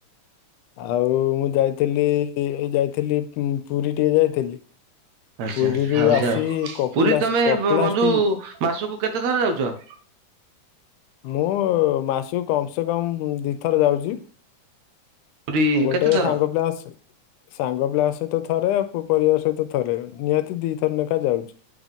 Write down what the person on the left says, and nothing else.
ଆଉ ମୁଁ ଯାଇଥିଲି ଏ ଯାଇଥିଲି ପୁରୀ ଟିକେ ଯାଇଥିଲି।
ପୁରୀରୁ
ଆସି
କପିଳାସ
କପିଳାସଟି
ମୁଁ ମାସକୁ କମ ସେ କମ ଦିଥର ଯାଉଛି।
ହଁ ଗୋଟେ
ସାଙ୍ଗ ପିଲା ଅସୁ ସାଙ୍ଗ ପିଲାଙ୍କ ସହିତ ଥରେ ଆଉ ପରିବାର ସହିତ ଥରେ ନିହାତି ଦି ଥର ଲେଖା ଯାଉଛ।